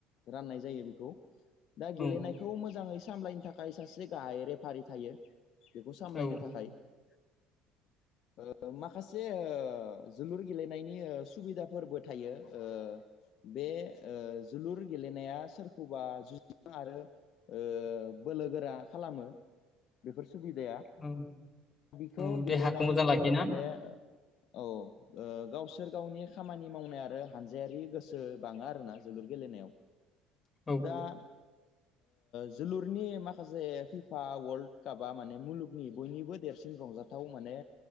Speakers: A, on the left; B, on the left.
A: राननाय जायो बेखौ दा
B: औ
A: गेलेनायखौ मोजाङै सामलायनो थाखाय सासे गाहाय रेफारि थायो बेखौ सामलायनो
B: औ
A: थाखाय
B: <inaudible>
A: ओ माखासे ओ जोलुर गेलेनायनिओ सुबिदाफोरबो थायो ओ बे जोलुर गेलेनाया सोरखौबा जुजिनो आरो ओ बोलो गोरा खालामो बेफोर सुबिदाया
B: औ
A: बिखौ
B: औ
A: गेलेनायफोराव
B: देहाखौ मोजां लाखियोना
A: माने औ गावसोर गावनि खामानि मावनाय आरो हानजायारि गोसो बाङो आरोना जोलुर गेलेनायाव
B: औ
A: दा जोलुरनि माखासे फिफा वर्ल्ड कापा माने मुलुगनि बयनिबो देरसिन रंजाफ गोथाव माने